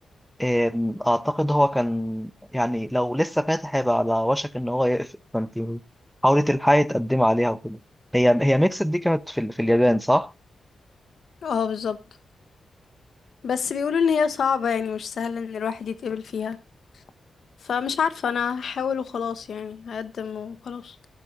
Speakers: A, in the centre; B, on the left (about 65°).
A: آم، أعتقد هو كان يعني لو لسه فاتح هيبقى على وشك إن هو يقفل فأنت حاولي تلحقي تقدمي عليها وكده هي هي ميكسد دي كانت في, ال- في اليابان صح؟
B: اه بالظبط بس بيقولوا ان هي صعبه يعني مش سهل ان الواحد يتقبل فيها فمش عارفه انا هحاول وخلاص يعني هقدم وخلاص